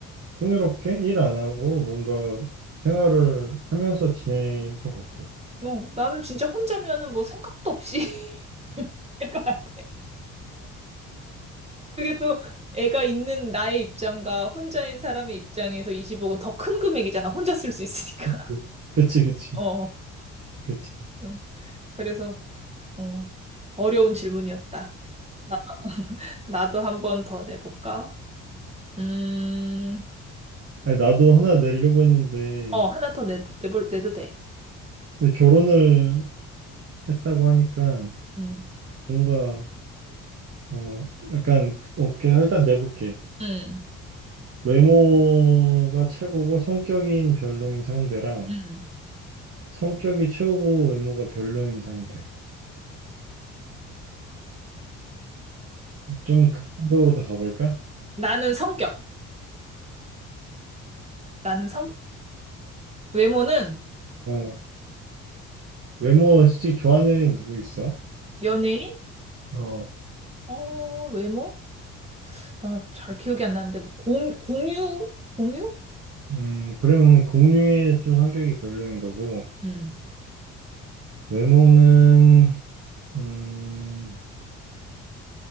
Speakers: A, on the right (about 35°); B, on the right (about 15°).
A: 풍요롭게 일 안 하고 뭔가 생활을 하면서 지낼 것 같아.
B: 뭐 나는 진짜 혼자면은 뭐 생각도 없이 <laughs> 할 것 같아. 그게 또 애가 있는 나의 입장과 혼자인 사람의 입장에서 20억은 더 큰 금액이잖아. 혼자 쓸 수 있으니까.
A: 그-
B: <laughs>
A: 그치 그치
B: 어.
A: 그치.
B: 응. 그래서 어, 어려운 질문이었다. 나, 나도 한 번 더 내볼까? 음,
A: 아니, 나도 하나 내려고 했는데,
B: 어, 하나 더 내, 내볼, 내도 돼.
A: 근데 결혼을 했다고 하니까
B: 음,
A: 뭔가, 어, 약간, 어떻게, 일단 내볼게.
B: 음,
A: 외모가 최고고 성격인 별로인 상대랑
B: 음.
A: 성격이 최고고 외모가 별로인 상대. 좀 극단적으로 다 가볼까?
B: 나는 성격. 나는 성, 외모는
A: 어, 외모 솔직히 좋아하는 애는 누구 있어?
B: 연예인?
A: 어,
B: 어, 외모? 나 잘 기억이 안 나는데, 뭐 공, 공유? 공유?
A: 음, 그러면 공유의 좀 성격이 별로인 거고,
B: 음.
A: 외모는, 음,